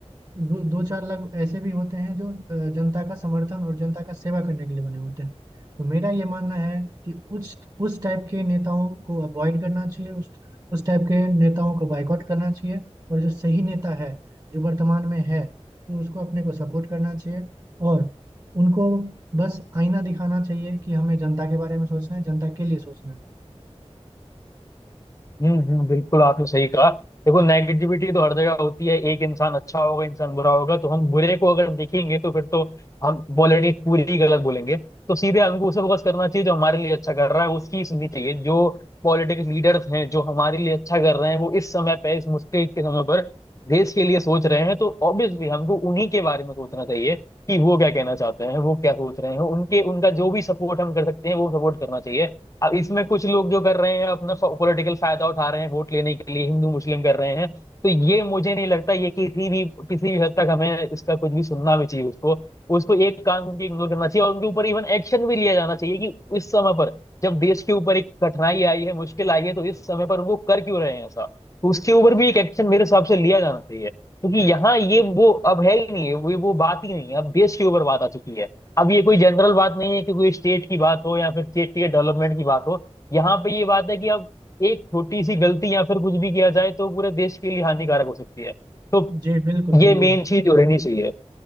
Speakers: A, on the right (about 35°); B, on the left (about 30°).
A: दो दो चार लाख ऐसे भी होते हैं जो अ, जनता का समर्थन और जनता का सेवा करने के लिए बने होते हैं तो मेरा ये मानना है कि उस उस टाइप के नेताओं को अवॉइड करना चाहिए उस उस टाइप के नेताओं को बायकॉट करना चाहिए और जो सही नेता है जो वर्तमान में है तो उसको अपने को सपोर्ट करना चाहिए और उनको बस आईना दिखाना चाहिए कि हमें जनता के बारे में सोचना है जनता के लिए सोचना
B: हम्म हम्म, बिल्कुल आपने सही कहा देखो नेगेटिविटी तो हर जगह होती है एक इंसान अच्छा होगा इंसान बुरा होगा तो हम बुरे को अगर देखेंगे तो फिर तो हम पॉलिटिक्स पूरी ही गलत बोलेंगे तो सीधे हमको उसे फोकस करना चाहिए जो हमारे लिए अच्छा कर रहा है उसकी सुननी चाहिए जो पॉलिटिक्स लीडर्स हैं जो हमारे लिए अच्छा कर रहे हैं वो इस समय पे इस मुश्किल के समय पर देश के लिए सोच रहे हैं तो ऑब्वियसली हमको उन्हीं के बारे में सोचना चाहिए कि वो क्या कहना चाहते हैं वो क्या सोच रहे हैं उनके उनका जो भी सपोर्ट हम कर सकते हैं वो सपोर्ट करना चाहिए अब इसमें कुछ लोग जो कर रहे हैं अपना पॉलिटिकल फायदा उठा रहे हैं वोट लेने के लिए हिंदू मुस्लिम कर रहे हैं तो ये मुझे नहीं लगता ये किसी भी किसी भी हद तक हमें इसका कुछ भी सुनना भी चाहिए उसको उसको एक कान उनकी इग्नोर करना चाहिए और उनके ऊपर इवन एक्शन भी लिया जाना चाहिए कि इस समय पर जब देश के ऊपर एक कठिनाई आई है मुश्किल आई है तो इस समय पर वो कर क्यों रहे हैं ऐसा तो उसके ऊपर भी एक एक्शन मेरे हिसाब से लिया जाना चाहिए क्योंकि यहाँ ये वो अब है ही नहीं है वो वो बात ही नहीं है अब देश के ऊपर बात आ चुकी है अब ये कोई जनरल बात नहीं है कि कोई स्टेट की बात हो या फिर स्टेट के डेवलपमेंट की बात हो यहाँ पे ये बात है कि अब एक छोटी सी गलती या फिर कुछ भी किया जाए तो पूरे देश के लिए हानिकारक हो सकती है तो
A: है जी बिल्कुल
B: ये
A: बिल्कुल
B: मेन चीज हो रहनी चाहिए